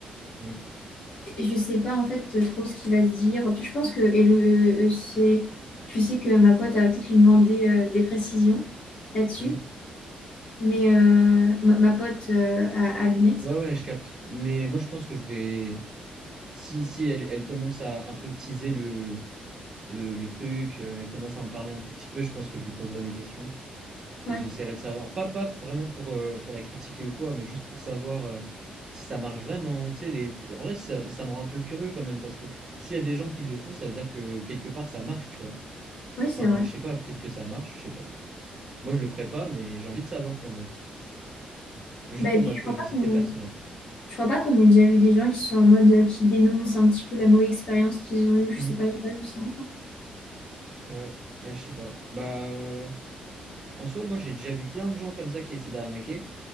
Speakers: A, on the right; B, on the left.
A: mm,
B: Et je sais pas en fait euh, trop ce qu'il va se dire. Je pense que, et le, euh, c'est, je sais que ma pote, elle va peut-être lui demander euh, des précisions là-dessus,
A: mm.
B: mais euh, ma, ma pote euh, à, à lunettes.
A: Ouais, ouais, je capte. Mais moi, je pense que je vais. Si, si elle, elle commence à un peu teaser le, le, le truc, euh, elle commence à en parler un tout petit peu, je pense que je lui poserai des questions. Et
B: Ouais,
A: j'essaierai de savoir. Pas, pas vraiment pour, euh, pour la critiquer ou quoi, mais juste pour savoir euh, si ça marche vraiment. Tu sais, les... tr- En vrai, ça, ça me rend un peu curieux quand même, parce que s'il y a des gens qui le font, ça veut dire que quelque part, ça marche, tu vois.
B: oui, c'est
A: Enfin,
B: vrai.
A: je sais pas, peut-être que ça marche, je sais pas. Moi, je le ferai pas, mais j'ai envie de savoir quand même. Juste
B: Bah,
A: pour
B: et puis,
A: ma
B: je
A: curiosité
B: crois pas qu'on
A: personnelle.
B: Je crois pas qu'on ait déjà vu des gens qui sont en mode euh, qui dénoncent un petit peu la mauvaise expérience qu'ils ont eue. Je
A: Hmm,
B: sais pas, j'ai pas vu ça encore.
A: ouais, bah, je sais pas. Bah. En soi, moi, j'ai déjà vu plein de gens comme ça qui essaient d'arnaquer.